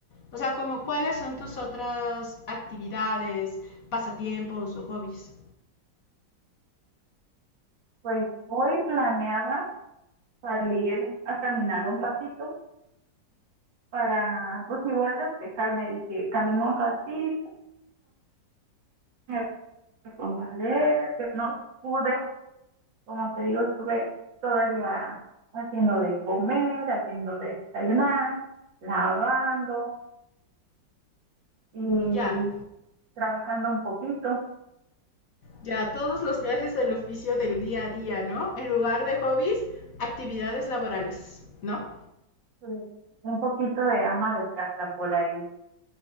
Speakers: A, on the left; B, on the right.
A: O sea, como cuáles son tus otras actividades, pasatiempos o hobbies.
B: Pues hoy planeaba salir a caminar un ratito para pues igual despejarme, dije, camino un ratito, me pongo a leer, pero no pude, como te digo, estuve todo el día haciendo de comer, haciendo de desayunar, lavando, y
A: Ya,
B: trabajando un poquito,
A: Ya, todos los gajes del oficio del día a día, ¿no? En lugar de hobbies, actividades laborales, ¿no?
B: eh, un poquito de ama de casa por ahí.